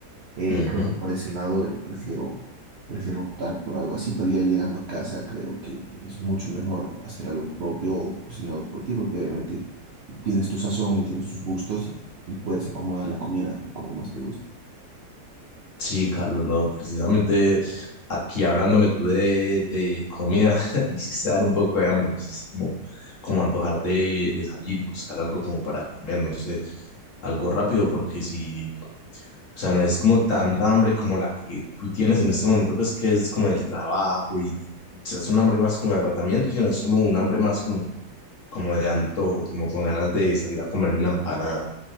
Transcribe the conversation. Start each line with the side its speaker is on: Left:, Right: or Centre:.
Right: eh,
Left: Ujú.
Right: creo que por ese lado eh, prefiero, prefiero optar por algo así, pero ya llegando a casa creo que es mucho mejor hacer algo propio o cocinado por ti, porque obviamente tienes tu sazón y tienes tus gustos y, y puedes acomodar la comida como más te guste.
Left: Sí, Carlos, no, precisamente aquí hablándome tú de, de comida, <laughs> me hiciste dar un poco de hambre, me hiciste como, como antojar de, de salir y buscar algo como para comer, no sé, algo rápido, porque si O sea, no es como tanta hambre como la que tú tienes en este momento, pues que es como el trabajo y t- o sea, es un hambre más como de agotamiento, sino es como un hambre más como, como de antojo, como con ganas de salir a comerme una empanada.